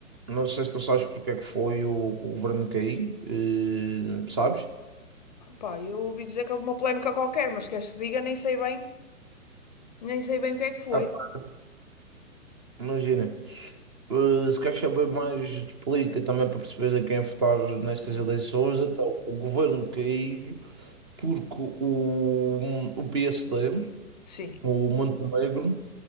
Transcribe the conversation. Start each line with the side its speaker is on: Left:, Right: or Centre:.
Right: não sei se tu sabes porque é que foi o, que o governo cair, eh, sabes?
Left: Pá, eu ouvi dizer que houve uma polémica qualquer, mas queres que diga, nem sei bem, nem sei bem o que é que foi.
Right: Ah, pá, imagina, eh, se queres saber mais, de política também para perceberes a quem votar nestas
Left: Hum.
Right: eleições, então o governo caiu porque o, o PSD,
Left: Sim.
Right: o Montenegro,